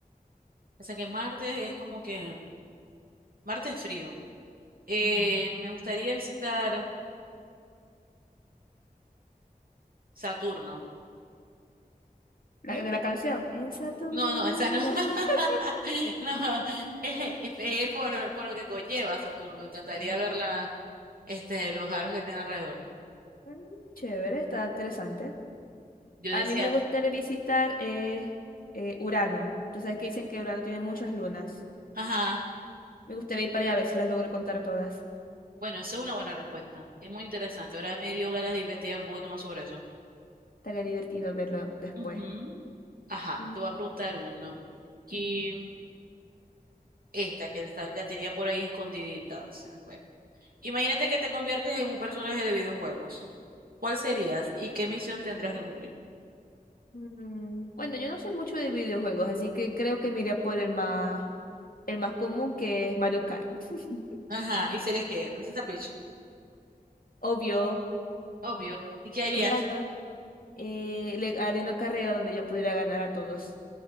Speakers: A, on the right; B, on the left.
A: o sea que Marte es como que, Marte es frío. Eh,
B: Ujú.
A: me gustaría visitar Saturno.
B: La
A: ¿Mm?
B: de la canción. En Saturno.
A: No, no, esa no. <laughs>
B: <laughs>
A: No, es, es es por, por lo que conlleva Saturno. Me encantaría ver la, este, los aros que tiene alrededor.
B: Mm, Chévere, está interesante.
A: Yo
B: A
A: decía
B: mí me gustaría visitar eh, eh, Urano. Tú sabes que dicen que Urano tiene muchas lunas.
A: Ajá.
B: Me gustaría ir para allá a ver si las logro contar todas.
A: Bueno, esa es una buena respuesta. Es muy interesante. Ahora me dio ganas de investigar un poquito más sobre eso.
B: Estaría divertido verlo después.
A: Ujú. Ajá,
B: Mm.
A: te voy a preguntar uno. Aquí, esta que la, está- la tenía por ahí escondidita. se me fue. Imagínate que te conviertes en un personaje de videojuegos. ¿Cuál serías y qué misión tendrías que cumplir?
B: Mm, Bueno, yo no soy mucho de videojuegos, así que creo que me iría por el más, el más común, que es Mario Kart. <laughs>
A: Ajá, ¿y serías qué? Princesa Peach.
B: Obvio,
A: Obvio. ¿Y qué harías?
B: claro. Eh, le haré una carrera donde yo pudiera ganar a todos.